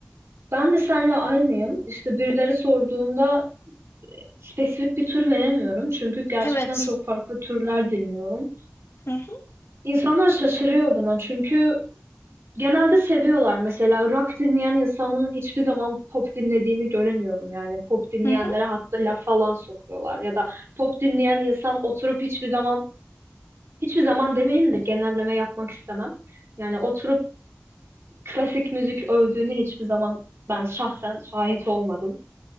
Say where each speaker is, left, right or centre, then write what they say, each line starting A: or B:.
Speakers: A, on the right; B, on the left.
A: ben de seninle aynıyım. İşte birileri sorduğunda spesifik bir tür veremiyorum. Çünkü gerçekten
B: Evet.
A: çok farklı türler dinliyorum.
B: Hı hı.
A: İnsanlar şaşırıyor buna. Çünkü Genelde seviyorlar. Mesela rock dinleyen insanın hiçbir zaman pop dinlediğini göremiyorum. Yani pop dinleyenlere
B: Hı
A: hatta laf falan sokuyorlar. Ya da pop dinleyen insan oturup hiçbir zaman, hiçbir zaman demeyeyim de genelleme yapmak istemem. Yani oturup klasik müzik övdüğünü hiçbir zaman ben şahsen şahit olmadım.